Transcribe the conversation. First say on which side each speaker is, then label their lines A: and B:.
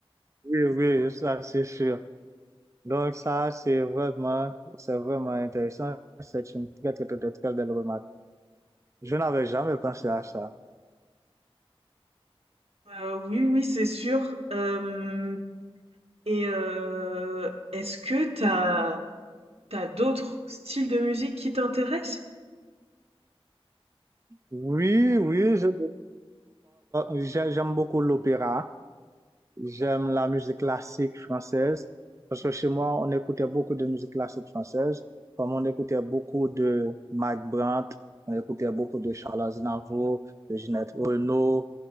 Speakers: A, on the right (about 30°); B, on the right (about 80°).
A: oui, oui, ça c'est sûr. Donc ça, c'est vraiment, c'est vraiment intéressant. C'est une très, très, très, très, très belle remarque. Je n'avais jamais pensé à ça.
B: Heu, oui, oui, c'est sûr, hem et heu, est-ce que t'as t'as d'autres styles de musique qui t'intéressent?
A: Oui, oui, je, j'aime beaucoup l'opéra. J'aime la musique classique française parce que chez moi, on écoutait beaucoup de musique classique française, comme on écoutait beaucoup de Mike Brandt, on écoutait beaucoup de Charles Aznavour, de Ginette Renaud.